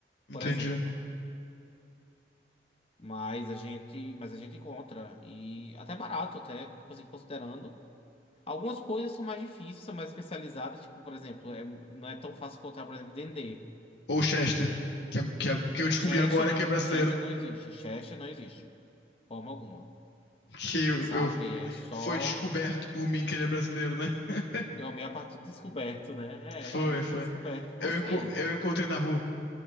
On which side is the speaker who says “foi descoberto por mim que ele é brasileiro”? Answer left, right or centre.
Left